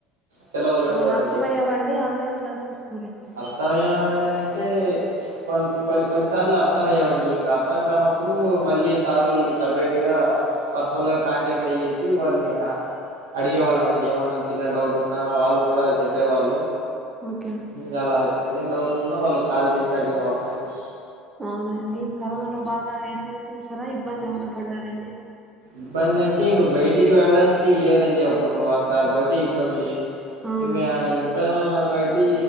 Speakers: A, on the right; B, on the right.
A: సెలవులు
B: అవును
A: ఉండేవండి.
B: అర్థమయ్యావండి ఆన్లైన్ క్లాసెస్ మరి
A: అర్థమయ్యావండే అంటే కొ కొన్ని కొన్నిసార్లు అర్థమయ్యేవండి. ఇంకా అర్థం కానప్పుడు మళ్ళీ సారోళ్ళు సపరేట్ గా పర్సనల్ గా కాంటాక్ట్ అయ్యేసి వాళ్ళని అడిగే వాళ్ళమండి. ఏమన్నా చిన్న డౌట్ ఉన్నా వాళ్ళు కూడా చెప్పేవాళ్ళు
B: ఓకే
A: ఇంగా అలా చిన్ చిన్న డౌట్లు ఉన్నా వాళ్ళక్ ఇంగా చేసి అడిగే వాళ్ళం మండి.
B: అవునండి. కరోనాలో బాగా ఎంజాయ్ చేసారా ఇబ్బంది. ఏమనా పడినారండి
A: ఇబ్బంది అంటే ఇంక బయటికి వెళ్ళడానికి లేదండి. అప్పుడు అంతా అదొగటే ఇబ్బంది
B: అవును
A: ఇంగా ఇంట్లోనే ఉన్నాం కాబట్టి